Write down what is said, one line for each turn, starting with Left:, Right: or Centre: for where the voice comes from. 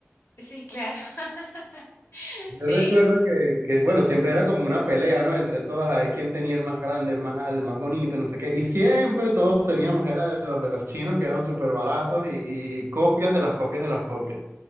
Left: sí, claro. <laughs>
Right: Yo
Left: Sí,
Right: recuerdo que, que, bueno, siempre era como una pelea, ¿no? Entre todas, a ver quién tenía el más grande, el más, al- el más bonito, no sé qué. Y siempre todos teníamos, era de los de los chinos que eran súper baratos y, y copias de las copias de las copias.